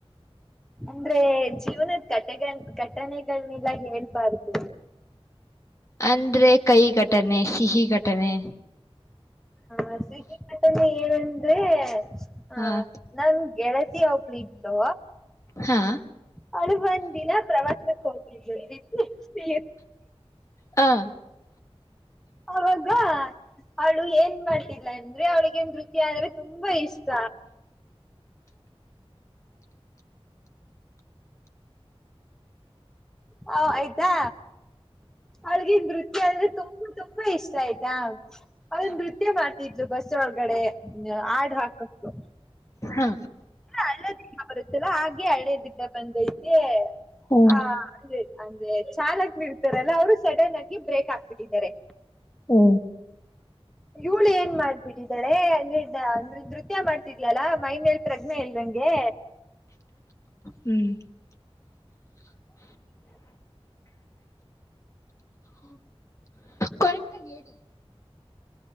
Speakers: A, in the centre; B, on the left.
A: ಅಂದ್ರೆ ಜೀವನದ ಘಟನೆ ಘಂಟೆನೆಗಳನ್ನೆಲ್ಲ ಹೇಳ್ಬಾರ್ದು
B: ಅಂದ್ರೆ ಕಹಿ ಘಟನೆ ಸಿಹಿ ಘಟನೆ
A: ಹ್ಮ್ ಹಾ ಸಿಹಿ ಘಟನೆ ಏನಂದ್ರೆ ಆ
B: ಹ
A: ನನ್ ಗೆಳತಿ ಒಬ್ಳಿದ್ಲು
B: ಹಾ
A: ಅಳ ಬಂದಿನ ಪ್ರವಾಸಕ್ಕೆ ಹೋಗಿ
B: ಹ
A: ಅವಾಗ ಅವಳು ಏನ್ ಮಾಡ್ತಿಲ್ಲ ಅಂದ್ರೆ ಅವಳಗೆ ನೃತ್ಯ ಅಂದ್ರೆ ತುಂಬಾ ಇಷ್ಟ ಹ ಆಯ್ತಾ ಅವಳಗ ನೃತ್ಯ ಅಂದ್ರೆ ತುಂಬಾ ತುಂಬಾ ಇಷ್ಟ ಆಯ್ತಾ ಅವಳ
B: ಹ
A: ನೃತ್ಯ ಮಾಡ್ತಿದ್ಲು ಬಸ್ ಒಳಗಡೆ ಹಾಡ್ ಹಾಕೊಂಡು
B: ಹಾ
A: ಅಳ್ಳದ ಬರುತ್ತೆಲ್ಲ ಹಾಗೆ ಹಳೇದಿದ್ದ ಬಂದೈ ತೇ
B: ಹ್ಮ್
A: ಹಾ ಅ ಅಂದ್ರೆ ಚಾಲಕರು ಇರ್ತಾರಲ್ಲ ಅವ್ರು ಸಡನ್ ಆಗಿ ಬ್ರೇಕ್ ಹಾಕ್ಬಿಟ್ಟಿದ್ದಾರೆ
B: ಹ್ಮ
A: ಇವಳು ಏನ್ ಮಾಡ್ಬಿಟ್ಟಿದ್ದಾಳೆ ಅಂದ್ರೆ ಅಂದ್ರೆ ನೃತ್ಯ ಮಾಡ್ತಿದ್ಲಲ್ಲಾ ಮೈನ್ಲ್ ಪ್ರಜ್ಞೆ ಇಲ್ದಂಗೆ
B: ಹ್ಮ್ ಕರೆಕ್ಟ ಆಗಿ ಹೇಳಿ